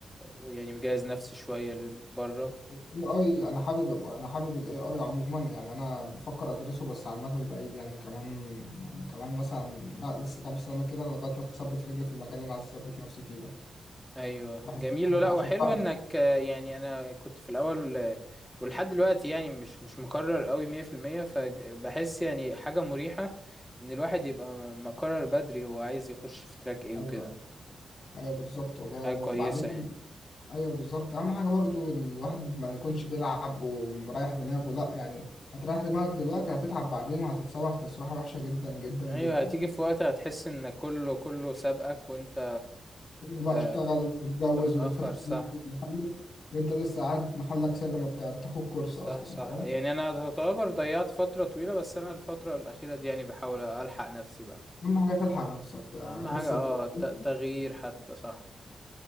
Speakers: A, in the centre; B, on the left.
A: يعني مجهز نفسي شوية للبره
B: الاي اي انا حابب انا حابب الاي اي عموما يعني انا بفكر ادرسه بس على المدى البعيد يعني كمان يعني كمان مثلا لا لسه كام سنه كده لغايه ما اثبت رجلي في المجال اللي انا عايز اثبت نفسي فيه ده
A: ايوه
B: بحس
A: جميل
B: إن أنا
A: لا
B: عشان
A: وحلو
B: بقى
A: انك آه، يعني انا كنت في الاول آه، ولحد دلوقتي يعني مش مش مقرر قوي 100% فبحس يعني حاجة مريحة ان الواحد يبقى مقرر بدري هو عايز يخش في تراك ايه
B: ايوه
A: وكده
B: ايوه بالظبط
A: يعني
B: والله
A: حاجة
B: وبعدين
A: كويسة يعني
B: ايوه بالظبط اهم حاجه برضو الواحد ما يكونش بيلعب ومريح دماغه لا يعني هتريح دماغك دلوقتي هتتعب بعدين وهتتصبح تسويحه وحشه جدا جدا جدا
A: ايوه هتيجي في وقت هتحس ان كله كله سابقك وانت
B: كله بقى
A: آه،
B: اشتغل واتجوز
A: انت متأخر
B: واللي فتح
A: صح
B: بيت محلك وانت لسه قاعد محلك سر ما بتاع بتاخد كورس
A: صح
B: اصلا
A: صح
B: فاهم
A: يعني انا تعتبر ضيعت فترة طويلة بس انا الفترة الأخيرة دي يعني بحاول الحق نفسي بقى
B: اهم حاجه تلحق نفسك يعني
A: اهم حاجة
B: لسه
A: اه
B: قدامك.
A: الت- تغيير حتى صح